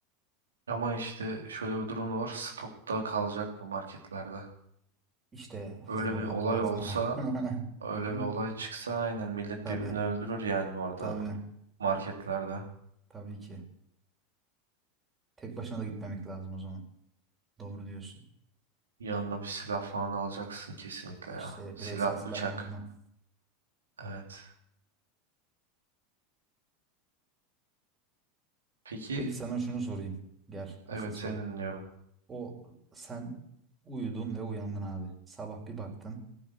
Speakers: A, on the right; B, on the right.
A: Ama işte şöyle bir durum da var. Stokta kalacak bu marketlerde.
B: İşte
A: Öyle
B: hızlı olmak
A: bir olay
B: lazım.
A: olsa
B: <laughs>
A: Öyle bir olay çıksa aynen millet
B: Tabii,
A: birbirini öldürür yani bu arada
B: tabii,
A: marketlerde.
B: tabii ki. Tek başına da gitmemek lazım o zaman. Doğru diyorsun.
A: Yanına bir silah falan alacaksın kesinlikle ya.
B: İşte
A: Silah,
B: bireysel silahlanma.
A: bıçak. Evet. Peki,
B: Peki sana şunu sorayım. Gel, asıl
A: evet
B: soru.
A: seni dinliyorum.
B: O sen uyudun ve uyandın abi. Sabah bir baktın.